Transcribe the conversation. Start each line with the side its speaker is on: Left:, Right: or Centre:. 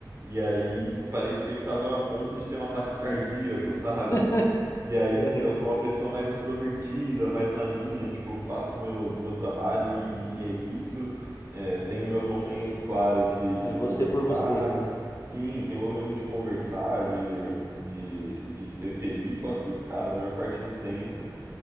Right: E aí parecia que tava a ponto de ter um ataque
Left: Ah, sim.
Right: cardíaco, sabe?
Left: <laughs>
Right: E aí
Left: Uhum.
Right: que eu sou uma pessoa mais introvertida, mais na minha, tipo, faço meu, meu trabalho e, e é isso. É, tenho
Left: É,
Right: meus momentos, claro, de, de
Left: é
Right: conversar.
Left: você por você, né?
Right: Sim, tenho meus momentos de conversar, de, de, de ser feliz, só que, cara, na maior parte do tempo.